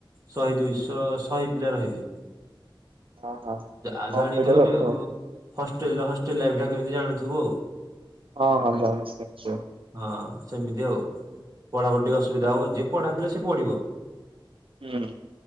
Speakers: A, on the right; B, on the right.
A: ଶହେ ଦୁଇ ଶହ ଶହେ ପିଲା ରହିବେ।
B: ହଁ ହଁ
A: ଆ
B: ହଁ
A: ଜାଣିଥିବୁ
B: ସେଇଟା ସତ
A: ହଷ୍ଟେଲ ହଷ୍ଟେଲ ଲାଇଫ ଟା କେମତି ଜାଣୁଥିବୁ ଆଉ।
B: ହଁ ହଁ ଜାଣିଛି ଜାଣିଛିହଁ।
A: ହଁ ସେମିତି ଆଉ ପଢା ପଢ଼ି ଟିକେ ଅସୁବିଧା ହବ ଯିଏ ପଢା ପିଲା ସିଏ ପଢିବ।
B: ହୁଁଉଁ।